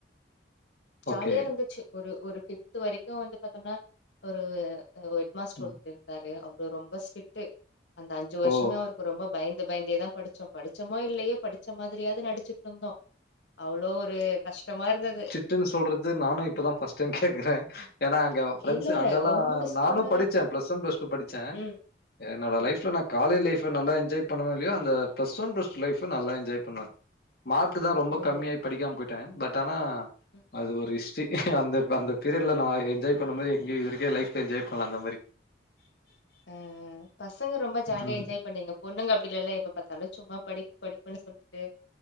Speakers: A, on the left; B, on the left.
A: ஜாலியா
B: ஓகே
A: இருந்துச்சு ஒரு ஒரு ஃபிப்து வரைக்கு வந்து பாத்தோம்னா ஒருஎ ஒ ஹெட் மாஸ்ட் ஒருத்திவ்
B: ம்
A: தாரு அவ்ரு ரொம்ப ஸ்டிட்டு அந்த அஞ்சு வருஷமே
B: ஓ
A: அவ்ர் ரொம்ப பயந்து பயந்தேதா படிச்சோ படிச்சமோ இல்லெயே படிச்ச மாதிரியாது நடிச்சிட்ருந்தோ அவ்ளோ ஒரு கஷ்டமா இருந்தது
B: ட்டுன் சொல்றது நானு இப்பதா ஃபஸ்ட் டைம் கேக்குறே ஏன்னா அங்கவ் ஃப்ரெண்ஸு
A: இல்ல இல்ல
B: அங்கல்லா
A: கவர்மெண்ட் ஸ்கூல்ல
B: நானு படிச்சே ப்ளஸ் வன் ப்ளஸ் டூ படிச்சே
A: ம்
B: என்னோட
A: ம்
B: லைப்ஃல நா காலே லைஃப் பு நல்லா என்ஜாய் பண்னனோ இல்யோ அந்த plus one plus two life நல்லா என்ஜாய் பண்ண மார்க்கு தா ரொம்
A: ஓ
B: கம்மியாய் படிக்காம போய்ட்டே பட் ஆனா
A: ம்
B: அது ஒரு ஹிஸ்ட்ரி அந்தப் அந்த பீரிட்ல நா என்ஜாய் சொன்ன மாரி எங்க இதுருக்கே லைஃப்ல என்ஜாய் பண்லா அந்த மாரி
A: ஆஆ பசங்க ரொம்ப ஜாலியா
B: ம்.
A: என்ஜாய் பண்ணிங்கப் பொண்ணுங்க அப்டில்லல்லே எப்ப பாத்தாலு ச்சும்மா படிப்பு படிப்புன்னு சொல்லிட்டு